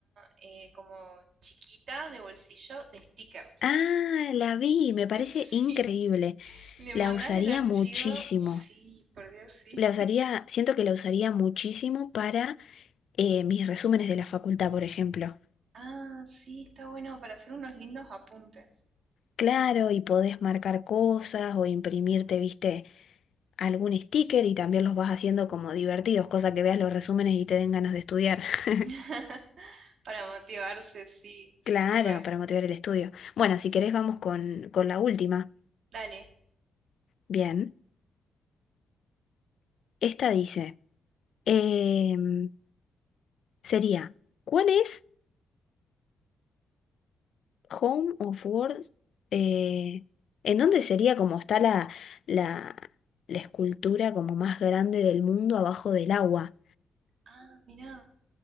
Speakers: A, on the right (about 65°); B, on the left (about 65°).
A: eh, como chiquita de bolsillo de stickers.
B: Ah, la vi, me
A: <laughs>
B: parece
A: Sí,
B: increíble.
A: le
B: La
A: mandas
B: usaría
A: el archivo.
B: muchísimo.
A: Sí, por Dios, sí.
B: La usaría, siento que la usaría muchísimo para eh, mis resúmenes de la facultad, por ejemplo.
A: Ah, sí, está bueno para hacer unos lindos apuntes.
B: Claro, y podés marcar cosas o imprimirte, viste algún sticker y también los vas haciendo como divertidos, cosa que veas los resúmenes y te den ganas de estudiar. <laughs>
A: <laughs> Para motivarse, sí, sí,
B: Claro,
A: re.
B: para motivar el estudio. Bueno, si querés vamos con, con la última.
A: Dale.
B: Bien, esta dice, em, sería, ¿cuál es Home of Words? eh, ¿en dónde sería como está la, la, la escultura como más grande del mundo abajo del agua?
A: Ah, mirá.